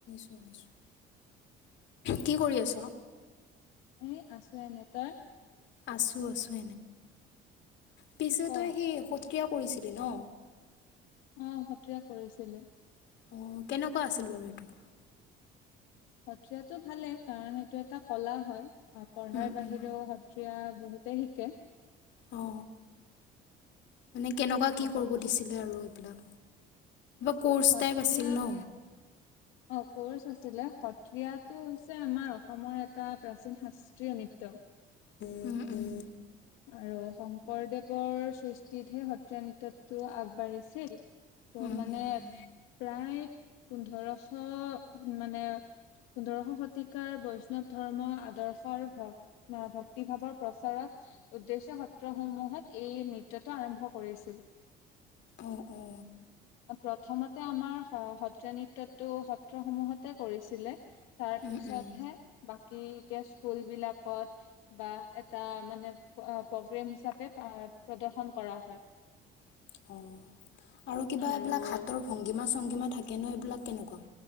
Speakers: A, on the left; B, on the left.
A: শুনিছো কি কৰি আছ।
B: এ আছো এনে তই।
A: আছো আছো পিছে
B: ক
A: তই সি সত্ৰীয়া। কৰিছিলি ন।
B: অ সত্ৰীয়া কৰিছিলো।
A: অঁ কেনেকুৱা আছিল বাৰু এইটো।
B: সত্ৰীয়াাতটো ভালেই কাৰণ এইটো এটা কলা হয় আহ পঢ়াৰ
A: উম
B: বাহিৰেও
A: উম
B: সত্ৰীয়া। বহুতে হিকে।
A: অ মানে কেনেকুৱা
B: সত্ৰীয়া
A: কি কৰিব দিছিলে আৰু এইবিলাক। কৰ্ষ
B: সত্ৰীয়া
A: টাইপ আছিল ন।
B: অ কৰ্চ আছিলে সত্ৰিয়টো হৈছে আমাৰ। অসমৰ এটা প্ৰাচীন শাস্ত্ৰীয় নৃত্য।
A: উম উম।
B: আৰু শংকৰদেৱৰ সৃষ্টিতহে সত্ৰীয়া নৃত্যতটো আগবাঢ়িছিল। ত
A: উম
B: মানে
A: উম
B: প্ৰায় পোন্ধৰশ মানে। পোন্ধৰশ শতিকাৰ বৈষ্ণৱ ধৰ্ম আদৰ্শৰ ভ ভক্তিভাৱৰ প্ৰচাৰত। উদ্দেশ্য সত্ৰসমূহত এই নৃত্যটো আৰম্ভ কৰিছিল।
A: অঁ অঁ।
B: প্ৰথমতে আমাৰ স সত্ৰীয়া নৃত্যটো সত্ৰসমূহতে কৰিছিলে। তাৰ
A: উম
B: পিছতহে
A: উম
B: বাকী। স্কুল বিলাকত বা এটা মানে প্ৰগ্ৰেম হিচাপে প্ৰগ্ৰেম কৰা হয়।
A: <inaudible> অ আৰু কিবা
B: আৰু
A: এইবিলাক হাতৰ ভংগীমা চংগীমা থাকে ন এইবিলাক কেনেকুৱা?